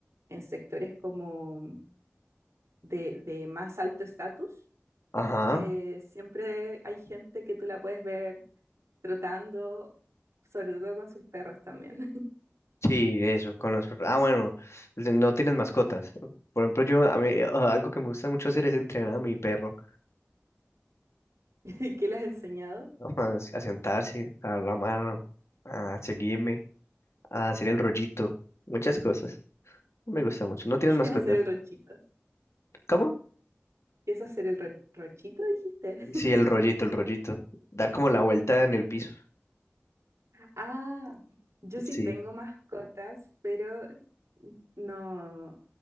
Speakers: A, on the right (about 85°); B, on the left (about 70°).
A: en sectores como de, de más alto estatus.
B: Ajá.
A: Eh, siempre hay gente que tú la puedes ver trotando, sobre todo con sus perros también.
B: Sí, eso, con los... perros. Ah, bueno, de- no tienes mascotas. Por ejemplo, yo, a mí, eh, algo que me gusta mucho hacer es entrenar a mi perro,
A: <laughs> ¿Qué le has enseñado?
B: <laughs> a, a sentarse, a dar la mano, a seguirme. a hacer el rollito, muchas cosas. No Me gusta mucho. ¿No tienes
A: <laughs> ¿Qué
B: mascotas?
A: es hacer el ranchito?
B: ¿Cómo?
A: ¿Qué es hacer el ra- ranchito, dijiste? <laughs>
B: Sí, el rollito, el rollito. Dar como la vuelta en el piso.
A: Ah, yo sí
B: Sí.
A: tengo mascotas, pero no,